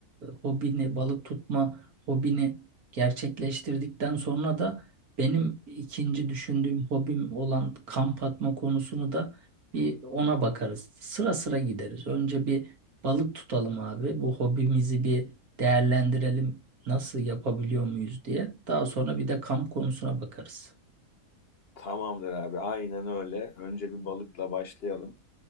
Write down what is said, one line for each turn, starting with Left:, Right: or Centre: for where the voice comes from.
Right: hobini, balık tutma hobini gerçekleştirdikten sonra da benim ikinci düşündüğüm hobim olan kamp atma konusunu da bir ona bakarız. Sıra sıra gideriz. Önce bir Balık tutalım abi. Bu hobimizi bir değerlendirelim. Nasıl yapabiliyor muyuz diye. Daha sonra bir de kamp konusuna bakarız.
Left: Tamamdır abi, aynen öyle. Önce bir balıkla başlayalım.